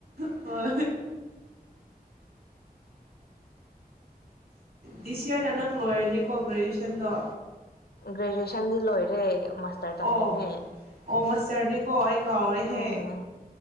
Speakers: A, on the right (about 70°); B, on the left (about 75°).
A: ꯍꯣꯏ ꯗꯤ ꯁꯤꯌꯥꯔꯅ ꯅꯪ ꯂꯣꯏꯔꯅꯤꯀꯣ ꯒ꯭ꯔꯦꯖꯨꯑꯦꯁꯟꯗꯣ
B: ꯒ꯭ꯔꯦꯖꯨꯑꯦꯁꯟꯗꯤ ꯂꯣꯏꯔꯦ ꯇꯝꯃꯤꯅꯦ
A: ꯑꯣ ꯑꯣ ꯃꯥꯇꯔꯅꯦ ꯀꯣ ꯑꯩ ꯀꯥꯎꯔ‌ꯦꯍꯦ
B: ꯑꯥ